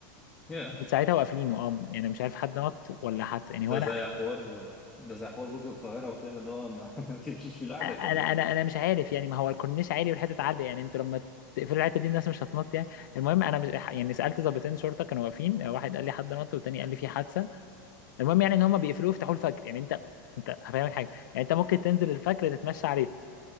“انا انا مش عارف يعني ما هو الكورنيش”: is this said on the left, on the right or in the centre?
Left